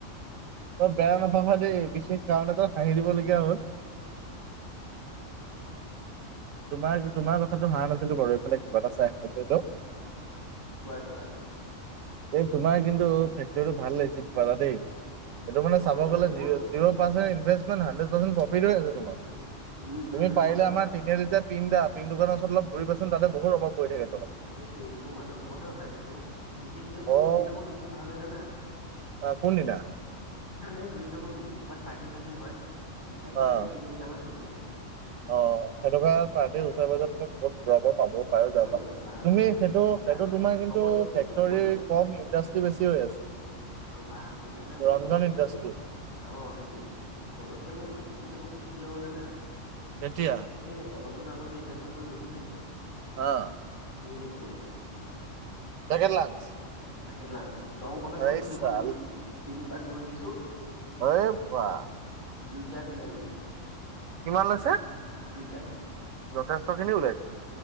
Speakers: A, on the right; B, on the left.
A: তই বেয়া নাপাবা দেই বিশেষ কাৰণ এটাত হাঁহি দিবলগীয়া হ'ল। তোমাৰ তোমাৰ কথাটো হাঁহা নাছিলো বাৰু এইফালে কিবা এটা চাই <unintelligible>
B: কোৱা কোৱা
A: এই তোমাৰ কিন্তু ফেকটৰী টো ভাল লাগিছে কিবা এটা দেই এইটো মানে
B: অ
A: চাব গলে
B: এই মোৰ
A: zero percent investment hundred per profit হৈ আছে তোমাৰ।
B: উম, উম
A: সেই পাৰিলে
B: হয় হয়
A: আমাৰ তিনিআলি যে পিন দা পিন দোকানৰ ওচৰত অলপ ঘূৰিবাচোন তাতে বহুত ৰভৰ পৰি থাকে তলত।
B: দেই কি মই মানুহ চবতে ৰখাই থৈছো। বিশেষকে মোৰ
A: অ'
B: কোন দিনাখন বেছি ভাল হয় জানা?
A: আহ, কোনদিনা?
B: এই যোনদিনাখন ক'ৰবাত পাৰ্টি চাৰ্টি হয় মিঠাই চিঠাই
A: অ'
B: বেছিকে নিয়া হয় তেতিয়া
A: অ', সেনেকুৱা পাৰ্ডি ওচৰে পাজৰে তুমি বহুত <unintelligible> পাব পাই
B: উম
A: যাব,
B: বা
A: তুমি
B: কৈছাই
A: সেইটো
B: নে
A: সেইটো
B: আৰু
A: তোমাৰ কিন্তু
B: চবতকে
A: ফেক্টৰী
B: মই
A: কম ইণ্ডাষ্ট্ৰি বেছি হৈ আছে।
B: আৰু বা কৈছে নে মোৰ
A: ৰঞ্জন
B: চবতকে
A: ইণ্ডাষ্ট্ৰি
B: অ', সেইটোয়ে সেইটয়ে চবতকে মোৰ বেছিকে প্ৰফিট কেতিয়া হ'ল জানা?
A: কেতিয়া?
B: এই অলপ দিনৰ আগত যে ইলেকশ্যনটো হৈ গৈছিলে
A: অ'।
B: এই ইলেকশ্যনত?
A: Packet lunch.
B: Packet lunch, Darrang কলেজখন
A: এই
B: গোটেইখন,
A: চাল
B: দুই তিনি পাক ঘূৰি দিছোঁ
A: এই বা!
B: দুই ট্ৰাক ওলাই গৈছে।
A: কিমান লৈছে?
B: দুই ট্ৰাক।
A: যথেষ্ট খিনি ওলাইছিল।